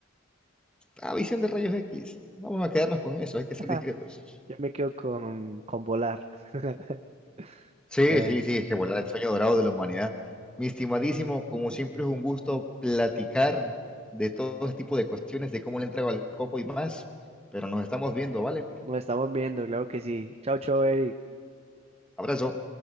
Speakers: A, in the centre; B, on the right.
A: ah, visión de rayos X. Vamos a quedarnos con eso, hay que ser
B: <laughs>
A: discretos.
B: Yo me quedo con, con volar. <laughs>
A: Sí,
B: Bueno,
A: sí, sí, es que volar el sueño dorado de la humanidad. Mi estimadísimo, como siempre es un gusto platicar de todo este tipo de cuestiones, de cómo le entrego al coco y más, pero nos estamos viendo, ¿vale?
B: nos estamos viendo, claro que sí. Chao, chao, Eric.
A: Abrazo.